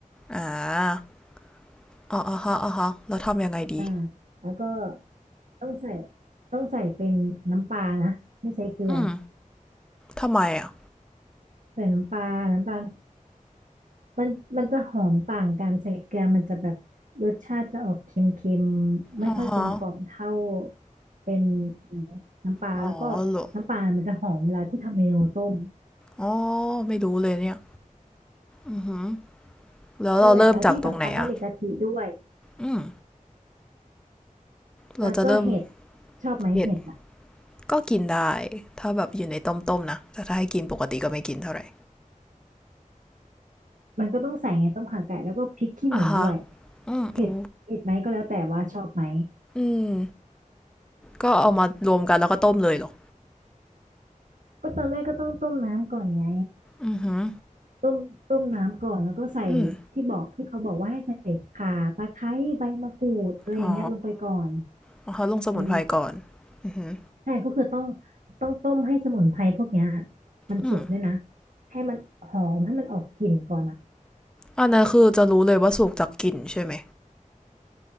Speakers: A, in the centre; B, on the right.
A: อ่าอ๋ออ๋อฮะอ๋อฮะแล้วทำยังไงดี
B: อ่าแล้วก็ต้องใส่ต้องใส่เป็นน้ำปลานะไม่ใช้เกลือ
A: อืมทำไมอ่ะ
B: ใส่น้ำปลาน้ำปลามันมันจะหอมต่างกันใส่เกลือมันจะแบบรสชาติจะออกเค็มๆไม่ค่อยกลมกล่อมเท่า
A: อ๋อฮะ
B: เป็นอะไรน้ำปลาแล้วก็
A: อ๋อเหรอ
B: น้ำปลามันจะหอมเวลาที่ทำเมนูต้ม
A: อ๋อไม่รู้เลยเนี่ยอือหือแล้วเราเริ่มจากตรงไหนอ่ะ
B: นั่นแหละแล้วที่สำคัญต้องมีกะทิด้วย
A: อืมเราจะเริ่ม
B: แล้วก็เห็ดชอบไหมเห็ดอ่ะ
A: เผ็ดก็กินได้ถ้าแบบอยู่ในต้มๆนะแต่ถ้าให้กินปกติก็ไม่กินเท่าไหร่
B: มันก็ต้องใส่ไงต้มข่าไก่แล้วก็พริกขี้หนูด้วย
A: อ่ะฮะอืมโอ้
B: เผ็ดเผ็ดไหมก็แล้วแต่ว่าชอบไหม
A: อืม ก็เอามารวมกันแล้วก็ต้มเลยเหรอ
B: ก็ตอนแรกก็ต้องต้มน้ำก่อนไง
A: อือหือ
B: ต้มต้มน้ำก่อนแล้วก็ใส่
A: อืม
B: ที่บอกที่เขาบอกว่าให้ใส่ข่าตะไคร้ใบมะกรูดอะไรอย่างเงี้ยลงไปก่อน
A: อ๋อเอาเขาลงสมุนไพรก่อน
B: เออ
A: อือหือ
B: ใช่ก็คือต้องต้องต้มให้สมุนไพรพวกเนี้ยมันสุกด้วยนะ
A: อืม
B: ให้มันหอมให้มันออกกลิ่นก่อนอ่ะ
A: อันนั้นคือจะรู้เลยว่าสุกจากกลิ่นใช่ไหม